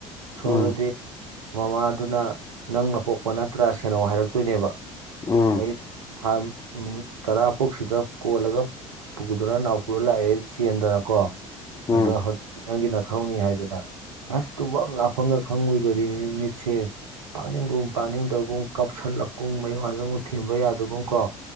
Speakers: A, on the right; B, on the left.
A: ꯁꯣꯝꯗꯗꯤ
B: ꯎꯝ
A: ꯃꯃꯥꯗꯨꯅ ꯅꯪꯅ ꯄꯣꯛꯄ ꯅꯠꯇ꯭ꯔꯥ ꯁꯦꯅꯧ ꯍꯥꯏꯔꯛꯇꯣꯏꯅꯦꯕ
B: ꯎꯝ
A: ꯑꯩ ꯊꯥꯠ ꯇꯔꯥ ꯐꯨꯛ ꯁꯤꯗ ꯀꯣꯜꯂꯒ ꯄꯨꯒꯗꯅꯣ ꯅꯅꯥꯎ ꯄꯨꯔ ꯂꯥꯛꯑꯦ ꯆꯟꯗꯅꯀꯣ
B: ꯎꯝ
A: ꯑꯗꯣ ꯍꯧꯖꯤꯛꯇꯤ ꯅꯪꯒꯤ ꯅꯅꯥꯊꯧꯅꯤ ꯍꯥꯏꯗꯅ ꯑꯁ ꯇꯨꯝꯕ ꯑꯃ ꯂꯥꯞꯐꯝꯪꯒ ꯈꯪꯉꯣꯏꯗꯣꯔꯤꯅꯤ ꯃꯤꯠꯆꯦ ꯄꯥꯛꯅꯤꯡꯒꯨꯝ ꯄꯥꯛꯅꯤꯡꯗꯕꯒꯨꯝ ꯀꯥꯁꯤꯜꯂꯛꯀꯨꯝ ꯃꯌꯣꯛ ꯉꯥꯟꯟꯗꯨꯛ ꯊꯦꯝꯕ ꯌꯥꯗꯕꯨꯝ ꯀꯣ